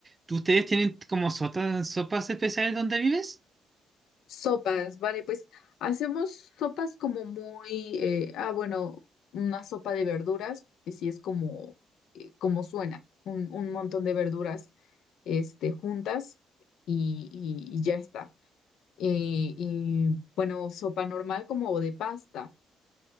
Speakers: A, on the right; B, on the left.
A: ¿tú- ¿ustedes tienen como sotas- sopas especiales donde vives?
B: Sopas, vale, pues hacemos sopas como muy, eh, ah, bueno, una sopa de verduras, que sí es como, eh, como suena, un, un montón de verduras, este, juntas y, y y ya está. Y, y, bueno, sopa normal como de pasta.